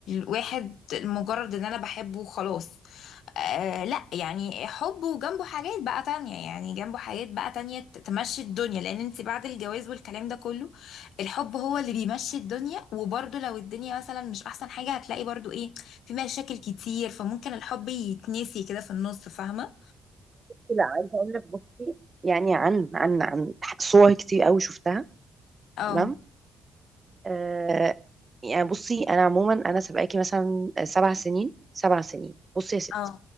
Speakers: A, on the left; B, on the right.
A: واحد مجرد ان انا بحبه وخلاص آه لا يعني حب وجنبه حاجات بقى تانية يعني جنبه حاجات بقى تانية ت- تمشي الدنيا لان انت بعد الجواز والكلام ده كله الحب هو اللي بيمشي الدنيا وبرضو لو الدنيا مثلا مش احسن حاجة هتلاقي برضو ايه في مشاكل كتير فممكن الحب يتنسي كده في النص فاهمة
B: لا عايزه اقول لك بصي يعني عن عن عن صور كتير قوي شفتها
A: اه
B: تمام آه يعني بصي انا عموما انا سابقاكي مثلا سبع سنين سبع سنين بصي يا ستي
A: اه